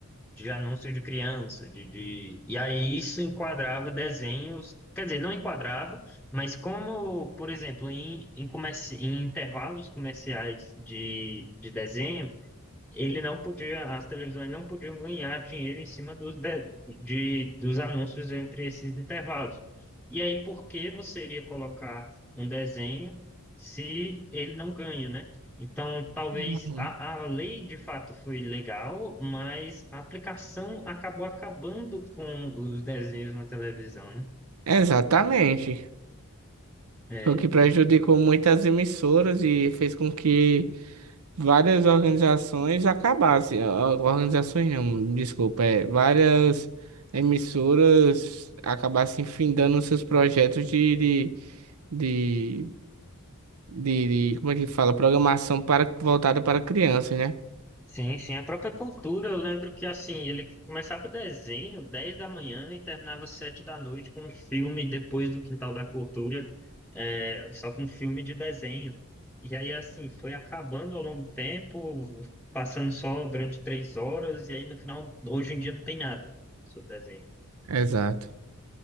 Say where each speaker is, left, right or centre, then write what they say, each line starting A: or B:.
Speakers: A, in the centre; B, on the right.
A: de anúncios de criança, de, de... E aí isso enquadrava desenhos, quer dizer, não enquadrava, mas como, por exemplo, em, em, comerci... em intervalos comerciais de, de desenho, ele não podia, as televisões não podiam ganhar dinheiro em cima dos, de, de- dos anúncios entre esses intervalos. E aí, por que você iria colocar um desenho se ele não ganha, né? Então, talvez
B: Uhum.
A: a, a lei de fato foi legal, mas a aplicação acabou acabando com os desenhos na televisão, né?
B: Exatamente.
A: É,
B: Foi o que prejudicou muitas emissoras e fez com que várias organizações acabassem. Ah, Organizações não, desculpa, é, várias emissoras acabassem findando seus projetos de, de, de, de, de- como é que fala? Programação para, voltada para crianças, né?
A: Sim, sim, a própria cultura, eu lembro que assim, ele começava desenho 10 da manhã e terminava 7 da noite com um filme depois do Quintal da Cultura, é, só com filme de desenho. E aí assim, foi acabando ao longo do tempo, passando só durante três horas, e aí no final, hoje em dia não tem nada sobre desenho.
B: Exato.